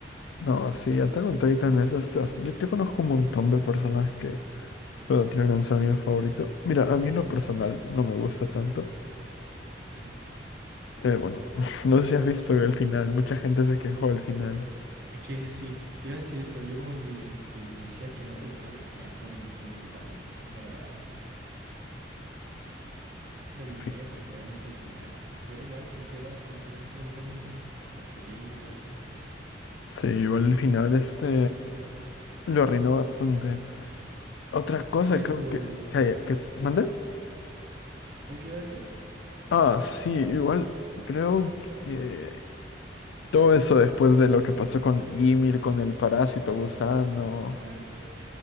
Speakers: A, on the left; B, on the right.
A: No, sí, Attack on Titan es este, bast- Yo, yo conozco un montón de personas que lo tienen en su anime favorito. Mira, a mí en lo personal no me gusta tanto.
B: Claro.
A: Eh, bueno, <laughs> no sé si has visto el final. Mucha gente se quejó del final.
B: Es que sí, te iba a decir eso. Yo como que si me decías que no te gustaba por el final, como que no entiendo totalmente. En verdad, de anime,
A: Sí,
B: para que hagan ese final. Pero igual, siempre pasa, no solamente con el anime, con las películas y esas cosas.
A: Sí, igual el final este lo arruinó bastante. Otra cosa
B: ¿Cuál es
A: creo
B: tu...
A: que... Que, que ¿mande?
B: ¿No que iba a decir?
A: Ah, sí, igual creo que todo eso después de lo que pasó con Ymir, con el parásito gusano.
B: Ah, sí.